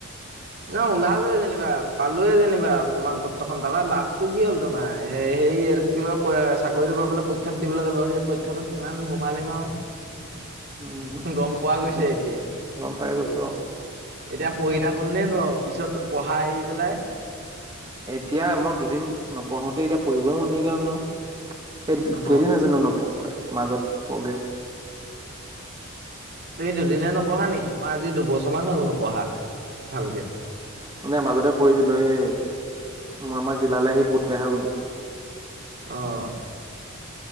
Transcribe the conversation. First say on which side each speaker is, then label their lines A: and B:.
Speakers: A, on the right (about 50°); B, on the right (about 20°).
A: ন ওলালোৱে যেনিবা পালোৱেই যেনিবা প্ৰমাণ পত্ৰখনন তাবা লাভটো কি হ'ল তোমাৰ এ সেই কি ল চাকৰিটো পাবলৈ পৰীক্ষাত দিবলৈ যাব সেই পৰীক্ষাতটো কিমান সোমালি আৰু
B: উমহু
A: গম পোৱা গৈছে এতিয়াই
B: গম পাই গৈছো আৰু
A: এতিয়া পঢ়ি থাক আৰু পিছত পঢ়াই আহি পেলাই
B: এতিয়া মই দুদিন নপঢ়োতে এতিয়া পঢ়িবই মন নাইকিয়া হ'ল নহয়। ইেই
A: অহ
B: কেইদিন আছেনো নপহুৱাই মাজত গেপছ
A: তুমি দুদিনে নপঢ়া নেকি মই আজি দুবছৰমান হ'ল নপঢ়া ভালকে
B: মানে মাজতে পঢ়িছিলো এ মই আমাৰ জিলালে আহি বহুত বেয়া হৈ গ'লো
A: আহঁ